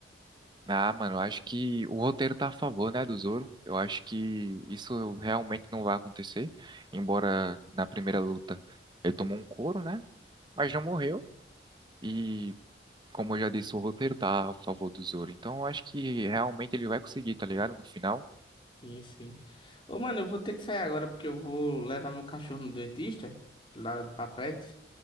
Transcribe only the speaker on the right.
Ah, mano, eu acho que o roteiro tá a favor, né, do Zoro. Eu acho que isso realmente não vai acontecer, embora na primeira luta ele tomou um couro, né? Mas não morreu e como eu já disse, o roteiro tá a favor do Zoro. Então, eu acho que realmente ele vai conseguir, tá ligado? No final.